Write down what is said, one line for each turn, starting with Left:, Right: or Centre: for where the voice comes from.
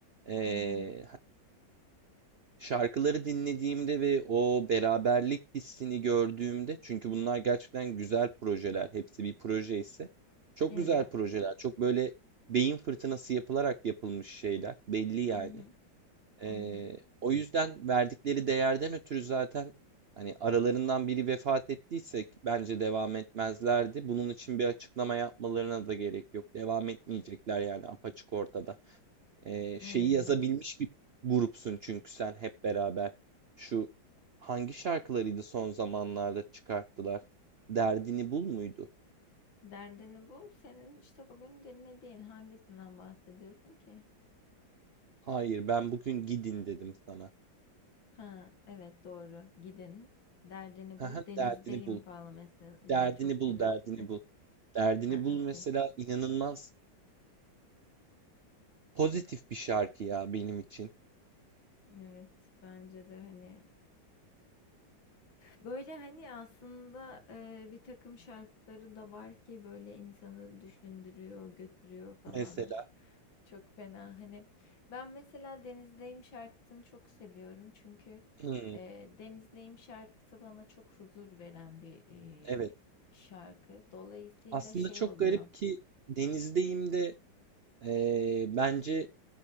Right: eee,
Left: Hı hı.
Right: Şarkıları dinlediğimde ve o beraberlik hissini gördüğümde, çünkü bunlar gerçekten güzel projeler, hepsi bir proje ise, çok
Left: Evet.
Right: güzel projeler, çok böyle beyin fırtınası yapılarak yapılmış şeyler, belli yani.
Left: Hı hı.
Right: Ee,
Left: Hı hı.
Right: o yüzden verdikleri değerden ötürü zaten hani aralarından biri vefat ettiyse ki bence devam etmezlerdi. Bunun için bir açıklama yapmalarına da gerek yok. Devam etmeyecekler yani apaçık ortada e, şeyi
Left: Evet.
Right: yazabilmiş bir grupsun çünkü sen hep beraber. Şu hangi şarkılarıydı son zamanlarda çıkarttılar? Derdini bul muydu?
Left: Derdini bu. Senin işte bugün dinlediğin hangisinden bahsediyorsun ki?
Right: Hayır, ben bugün gidin dedim sana.
Left: Ha, evet doğru. Gidin. Derdini
Right: Haha,
Left: bul. Denizdeyim
Right: Derdini bul,
Left: falan mesela.
Right: derdini
Left: Çok
Right: bul,
Left: güzel.
Right: derdini
Left: <laughs>
Right: bul. Derdini
Left: Ha,
Right: bul
Left: okey.
Right: mesela inanılmaz pozitif bir şarkı ya benim için.
Left: Evet, bence de hani böyle hani aslında e, bir takım şarkıları da var ki böyle insanı düşündürüyor, götürüyor falan.
Right: Mesela,
Left: Çok fena hani ben mesela Denizdeyim şarkısını çok seviyorum çünkü
Right: hmm,
Left: e, Denizdeyim şarkısı bana çok huzur veren bir
Right: evet.
Left: e, şarkı. Dolayısıyla
Right: Aslında
Left: şey
Right: çok
Left: oluyor.
Right: garip ki Denizdeyim de eee, bence